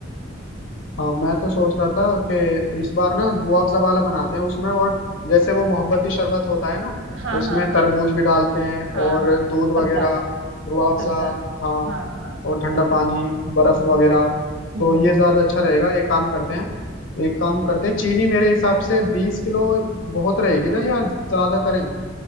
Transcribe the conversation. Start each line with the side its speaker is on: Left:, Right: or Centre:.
Left: हाँ मैं तो सोच रहा था कि इस बार ना जुआ अफ़ज़ा वाला बनाते हैं उसमें और जैसे वो मोहब्बती शरबत होता है ना
Right: हाँ
Left: उसमें
Right: हाँ
Left: तरबूज
Right: हाँ
Left: भी डालते हैं
Right: हाँ
Left: और
Right: हाँ
Left: दूध वगैरह
Right: सब्जा
Left: रुआ अफ़ज़ा
Right: सब्जा
Left: हाँ
Right: हाँ हाँ
Left: और ठंडा
Right: सब्जा
Left: पानी बर्फ
Right: हम्म
Left: वगैरह
Right: हम्म
Left: तो ये
Right: हम्म।
Left: ज्यादा अच्छा रहेगा एक काम करते हैं एक काम करते हैं चीनी मेरे हिसाब से बीस किलो बहुत रहेगी ना या ज्यादा करें